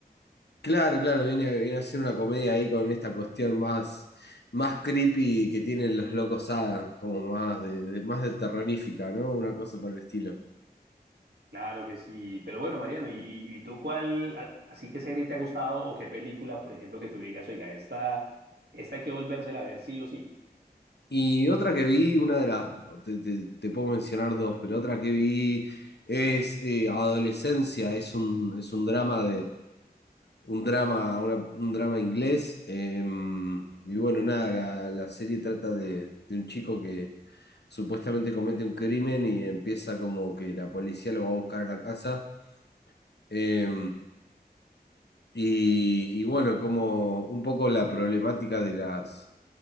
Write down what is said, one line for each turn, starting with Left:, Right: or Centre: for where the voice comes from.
Left: Claro, claro, viene, viene a ser una comedia ahí con esta cuestión más, más creepy que tienen los locos Adams, como más de, de- más de terrorífica, ¿no? Una cosa por el estilo.
Right: Claro que sí, pero bueno, Mariano, ¿y, y, y tú cuál, a- así qué serie te ha gustado o qué película, por ejemplo, que tú digas, oiga, esta, esta hay que volvérsela a ver sí o sí?
Left: Y otra que vi, una de las, te, te- te puedo mencionar dos, pero otra que vi es eh, Adolescencia, es un, es un drama un drama, una- un drama inglés. eh, y bueno, nada, la, la serie trata de, de un chico que supuestamente comete un crimen y empieza como que la policía lo va a buscar a la casa. eh, y, y bueno, como un poco la problemática de las